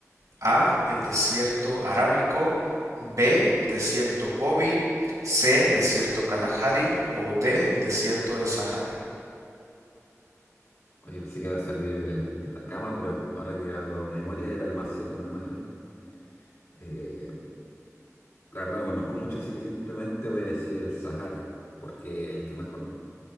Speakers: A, on the right; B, on the left.
A: A. El desierto arábico. B. Desierto Gobi. C. Desierto Kalahari. O D. Desierto de Sahara.
B: Oye, pensé que iba a salir el de Atacama, pero ahora que hago memoria era el más seco, no el más grande. Eh, la verdad no conozco mucho, así que simplemente voy a decir el Sahara, porque es el que más conozco.